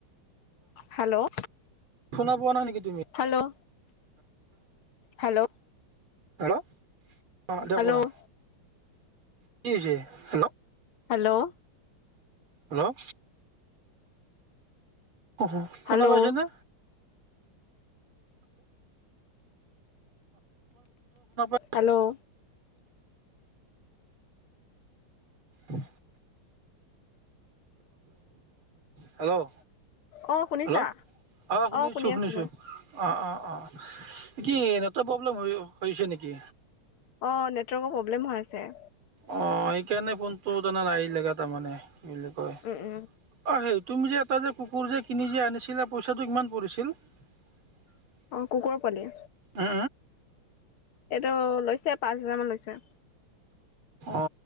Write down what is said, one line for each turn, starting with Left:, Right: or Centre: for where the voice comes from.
Left: হেল্ল'
Right: শুনা পোৱা নাই নেকি তুমি
Left: হেল্ল' হেল্ল'
Right: হেল্ল' অঁ
Left: হেল্ল'
Right: দে কোৱা কি হৈছে হেল্ল'
Left: হেল্ল'
Right: হেল্ল' অ শুনা
Left: হেল্ল' হেল্ল'
Right: পাইছেনে শু
Left: হেল্ল'
Right: উ হেল্ল'
Left: অ শুনিছা
Right: হেল্ল' অ শুনিছো
Left: শুনি
Right: শুনিছো
Left: আছো মই
Right: অ অ অ কি নেটৱৰ্ প্ৰব্লেম হৈছে নেকি
Left: অঁ নেটৱৰ্কৰ প্ৰব্লেম হৈ আছে
Right: অ সেইকাৰণে ফোনটো তান নাহ লগে তাৰমানে কি বুলি কয়
Left: উম, উম।
Right: অ সেই তুমি যে এটা যে কুকুৰ যে কিনি যে আনিছিলা পইচাটো কিমান পৰিছিল <inaudible>
Left: অঁ কুকুৰৰ পোৱালি
Right: অ
Left: এইটো লৈছে পাঁচ হেজাৰমানান লৈছে
Right: অ